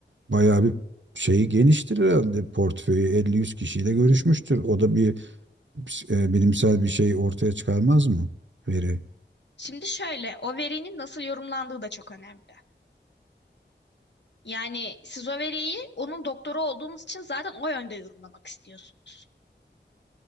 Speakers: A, on the right; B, on the left.
A: bayağı bir şeyi geniştir herhalde portföyü 50-100 kişiyle görüşmüştür. O da bir e, bilimsel bir şey ortaya çıkarmaz mı? Veri.
B: Şimdi şöyle, o verinin nasıl yorumlandığı da çok önemli. Yani siz o veriyi onun doktoru olduğunuz için zaten o yönde yorumlamak istiyorsunuz.